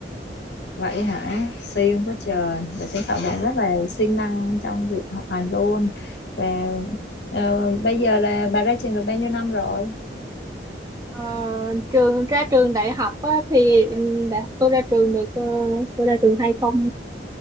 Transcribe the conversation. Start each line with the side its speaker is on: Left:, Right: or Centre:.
Left: Vậy hả? Siêng quá trời. Và chứng tỏ bạn rất là siêng năng trong việc học hành luôn. Và ờ, bây giờ là bà ra trường được bao nhiêu năm rồi?
Right: Ờ, trường ra trường đại học á, thì ừ, đại học tôi ra trường được ờ, tôi ra trường hai không